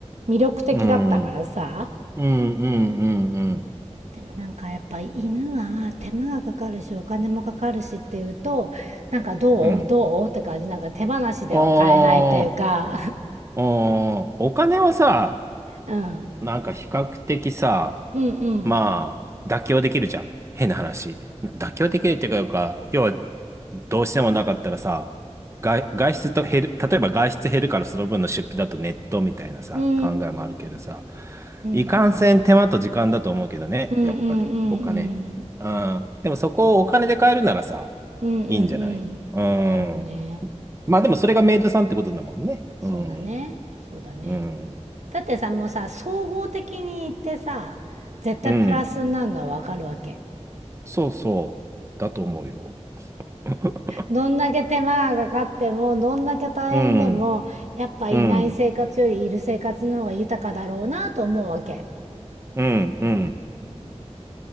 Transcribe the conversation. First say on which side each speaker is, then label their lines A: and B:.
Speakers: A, on the right (about 80°); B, on the right (about 25°).
A: 魅力的だったからさ
B: うん、うん、うん、うん、
A: でもなんかやっぱ犬は手間がかかるしお金もかかるしっていうとなんかどうどうって感じなんか手放しでは買えないっていうか、
B: うん。ああ、ああ、お金はさ、
A: <laughs> うん、
B: なんか比較的さ、
A: うんうん
B: まあ、妥協できるじゃん。変な話。妥協できるっていうか、要は、どうしてもなかったらさ、外、外出と減る、例えば外出減るからその分の出費だとネットみたいなさ、
A: うーんう
B: 考えもあるけどさ、いかんせん手間と時間だと思うけどね、
A: んうんうんうんうんうん
B: やっぱり、お金。うん。でもそこをお金で買えるならさ、
A: うんうんうんう
B: いいんじゃないうん。
A: んなるほどね
B: まあでもそれがメイドさんってことだもんね。うん。
A: そうだねそうだね
B: うん。
A: だってさもうさ総合的に言ってさ絶対プラスになるのは分かるわけ。
B: うん。そうそう。だと思うよ。<laughs>
A: どんだけ手間がかかってもどんだけ大変でもやっぱいない生活よりいる生活の方が豊かだろうなと思うわけ。
B: うん。うん、うん、うん。